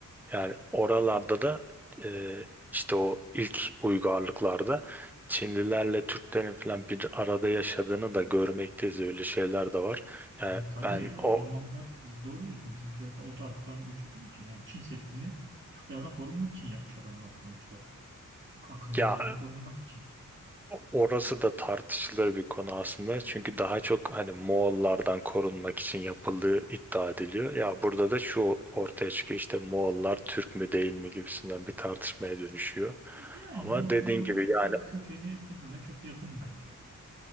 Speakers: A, in the centre; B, on the right.
A: Yani oralarda da e, işte o ilk uygarlıklarda Çinlilerle Türklerin falan bir arada yaşadığını da görmekteyiz. Öyle şeyler de var. Yani
B: Ha, tabii
A: ben
B: o
A: o
B: zamanlar doğru diyorsun. Bizimkiler de o taraftan göç ediyor için. Yani Çin Seddi'ni Türklerden korunmak için yapmış adamlar sonuçta. Türk akınlarından
A: ya
B: korunmak için.
A: Orası da tartışılır bir konu aslında. Çünkü daha çok hani Moğollardan korunmak için yapıldığı iddia ediliyor. Ya burada da şu ortaya çıkıyor işte Moğollar Türk mü değil mi gibisinden bir tartışmaya dönüşüyor.
B: Yani
A: Ama
B: Moğollarla
A: dediğin gibi
B: Türklerin
A: yani
B: kökeni birbirine çok yakın bence.